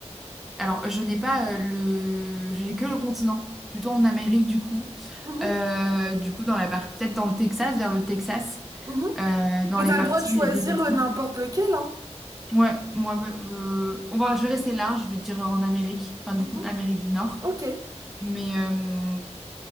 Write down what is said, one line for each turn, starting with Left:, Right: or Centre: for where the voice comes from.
Centre: Alors, je n'ai pas euh, le. J'ai que le continent, plutôt en Amérique du coup.
Right: Mhm,
Centre: Euh, du coup, dans la part... peut-être dans le Texas, vers le Texas,
Right: mhm.
Centre: euh, dans
Right: Mais
Centre: les
Right: t'as
Centre: parties
Right: le droit de choisir
Centre: où il y a des westerns.
Right: euh, n'importe lequel, hein.
Centre: Ouais, moi, bah, euh, on va... je vais rester large, je vais dire en Amérique, enfin, du
Right: Mhm.
Centre: coup, Amérique du Nord.
Right: Ok.
Centre: Mais, euh,